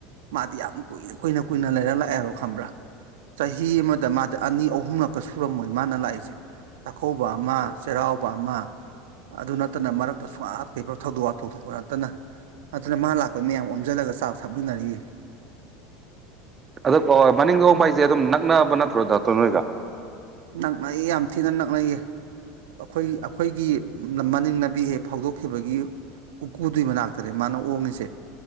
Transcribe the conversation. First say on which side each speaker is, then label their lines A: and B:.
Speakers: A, on the right; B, on the right.
A: ꯃꯥꯗꯤ ꯌꯥꯝꯅ ꯀꯨꯏꯅ ꯀꯨꯏꯅ ꯀꯨꯏꯅ ꯂꯩꯔ ꯂꯥꯛꯑꯦ ꯍꯥꯏꯕ ꯈꯝꯕ꯭ꯔꯥ ꯆꯍꯤ ꯑꯃꯗ ꯃꯥ ꯑꯅꯤ ꯑꯍꯨꯝꯂꯛꯀ ꯁꯨꯔꯝꯃꯣꯏ ꯃꯥꯅ ꯂꯥꯛꯏꯁꯦ ꯆꯥꯛꯀꯧꯕ ꯑꯃ ꯆꯩꯔꯥꯎꯕ ꯑꯃ ꯑꯗꯨ ꯅꯠꯇꯅ ꯃꯔꯛꯇ ꯁꯨꯡꯉ ꯀꯩꯕ ꯊꯧꯗꯣꯛ ꯋꯥ ꯊꯣꯛ ꯊꯣꯛꯣꯛꯄ ꯅꯠꯇꯅ ꯑꯗꯨꯅ ꯃꯥ ꯂꯥꯛꯄꯩ ꯃꯌꯥꯝ ꯑꯣꯝꯁꯤꯜꯂꯒ ꯆꯥꯛ ꯊꯞꯃꯤꯟꯅꯔꯤ
B: ꯑꯗꯣ ꯃꯅꯤꯡꯗ ꯍꯕ ꯍꯥꯏꯁꯦ ꯑꯗꯨꯝ ꯅꯛꯅꯕ ꯅꯠꯇ꯭ꯔꯣ ꯗꯥꯛꯇꯣ ꯅꯣꯏꯒ
A: ꯅꯛꯅꯌꯦ ꯌꯥꯝ ꯊꯤꯅ ꯅꯛꯅꯩꯌꯦ ꯑꯩꯈꯣꯏ ꯑꯩꯈꯣꯏꯒꯤ ꯃꯅꯤꯡ ꯅꯥꯕꯤ ꯍꯦꯛ ꯐꯥꯎꯗꯣꯛꯈꯤꯕꯒꯤ ꯎꯀꯨꯗꯨꯏ ꯃꯅꯥꯛꯇꯅꯦ ꯃꯥꯅ ꯑꯣꯡꯉꯤꯁꯦ